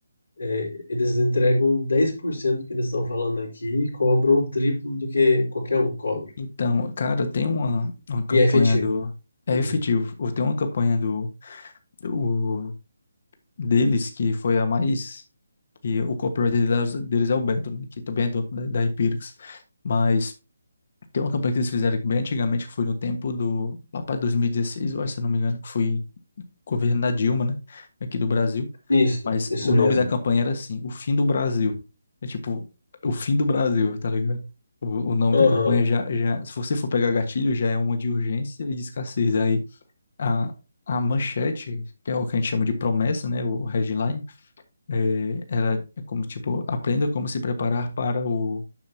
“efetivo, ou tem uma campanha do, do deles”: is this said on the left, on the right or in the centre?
Left